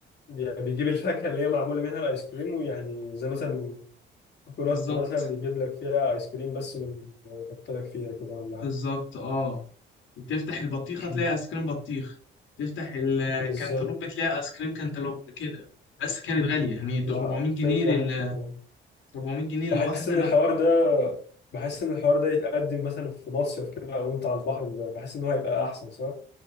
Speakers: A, on the left; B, on the left.
A: يعني بيجيب الفاكهة اللي هي معمولة منها الآيس كريم ويعني زي مثلا كوكونات
B: بالظبط
A: مثلا يجيب لك فيها ايس كريم بس من- ويحط لك فيها كده ولا حاجه
B: بالظبط اه تفتح البطيخه
A: <clears throat>
B: تلاقي ايس كريم بطيخ تفتح الكنتالوب
A: بالظبط
B: تلاقي ايس كريم كنتالوب كده بس كانت غاليه يعني ده
A: لا
B: 400 جنيه
A: فكره
B: لل
A: فكره
B: 400 جنيه للواحده
A: بحس ان
B: لا
A: الحوار ده بحس ان الحوار ده يتقدم مثلا في مصيف كده او انت على البحر بحس ان هو هيبقى احسن صح